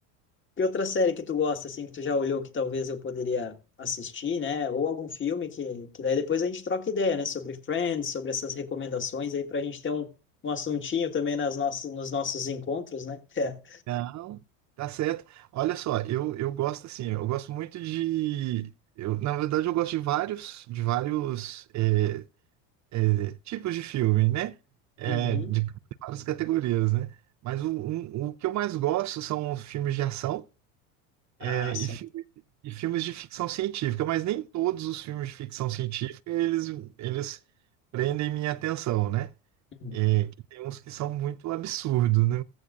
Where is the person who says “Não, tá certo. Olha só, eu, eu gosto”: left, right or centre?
Right